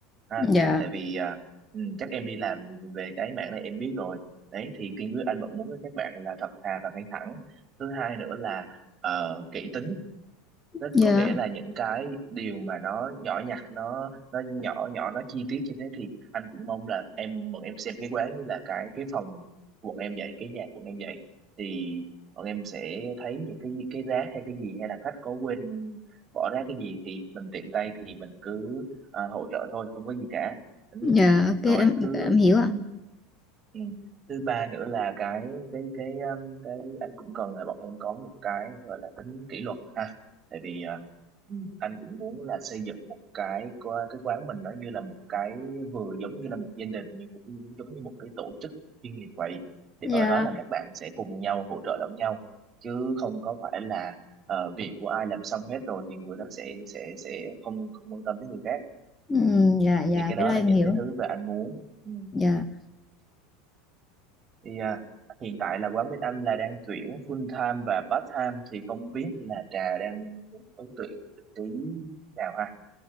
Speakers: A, on the right; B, on the left.
A: ha
B: dạ
A: tại vì ờ, ừ, chắc em đi làm về cái mảng này em biết rồi đấy thì tiên quyết anh vẫn muốn các bạn là thật thà và ngay thẳng thứ hai nữa là uh, kỹ tính Tức
B: dạ
A: có nghĩa là những cái điều mà nó nhỏ nhặt nó nó nhỏ nhỏ nó chi tiết như thế thì anh cũng mong là em bọn em xem cái quán như là cái cái phòng bọn em vậy cái nhà bọn em vậy thì bọn em sẽ thấy những cái cái rác hay cái gì hay là khách có quên bỏ rác cái gì thì mình tiện tay thì mình cứ ờ, hỗ trợ thôi không có gì cả ừ.
B: dạ ok
A: rồi
B: em
A: thứ
B: em hiểu ạ
A: ừ. Ừ. thứ ba nữa là cái cái cái um, cái anh cũng cần là bọn em có một cái gọi là tính kỷ luật ha tại vì ờ, Ừ. anh cũng muốn là xây dựng một cái qua- cái quán mình nó như là một cái vừa giống như là một gia đình nhưng cũng như, giống như một cái tổ chức chuyên nghiệp vậy thì
B: dạ
A: ở đó là các bạn sẽ cùng nhau hỗ trợ lẫn nhau chứ không có phải là ờ, việc của ai làm xong hết rồi thì người đó sẽ sẽ sẽ không không quan tâm tới người khác
B: Ừm,
A: ừ.
B: dạ dạ
A: thì cái đó
B: cái đó
A: là
B: em
A: những
B: hiểu
A: cái thứ mà anh muốn ừ.
B: dạ
A: Thì à, hiện tại là quán bên anh là đang tuyển full time và part time thì không biết là Trà đang muốn ứng tuyển vị trí nào ha?